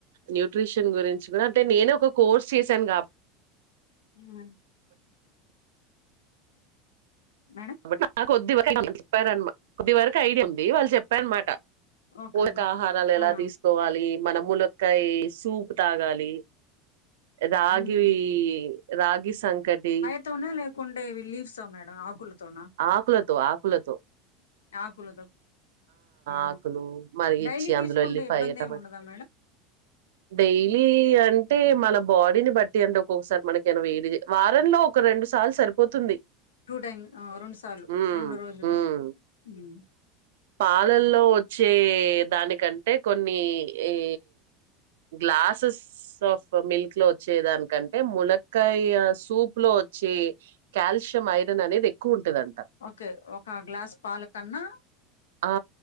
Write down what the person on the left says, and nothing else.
ఉమ్ మేడం
ఓకే
మ్యామ్
ఆ
ఉమ్
ఉత్తవినే లేకుంటే ఇవి లీవ్సా మేడం ఆకులతోన
ఆకులతొ ఆ
డైలీ
తీసుకుంటే
ఇబ్బంది
ఏమి ఉండదా మేడం
టూ టైమ్ఆ రొండు సార్లు
రొండు రోజులు
తిను ఉమ్
ఒకే ఒక గ్లాస్ పాల కన్నా